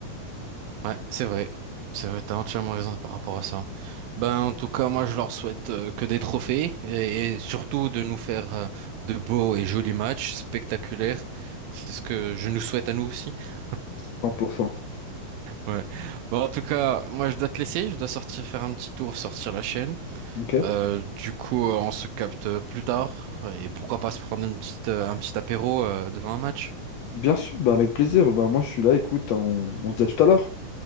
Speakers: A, on the right (about 85°); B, on the left (about 75°).
A: Ouais, c'est vrai. C'est vrai, t'as entièrement raison par rapport à ça. Ben, en tout cas, moi, je leur souhaite euh, que des trophées et, et surtout de nous faire euh, de beaux et jolis matchs spectaculaires. C'est ce que je nous souhaite à nous aussi. <laughs>
B: 100%.
A: Ouais. Bon, en tout cas, moi, je dois te laisser. Je dois sortir faire un petit tour, sortir la chaîne.
B: Ok?
A: Euh, du coup, euh, on se capte plus tard et pourquoi pas se prendre une petite, euh, un petit apéro euh, devant un match.
B: Bien sûr, bah avec plaisir. Bah moi, je suis là, écoute, hein, on, on se dit à tout à l'heure.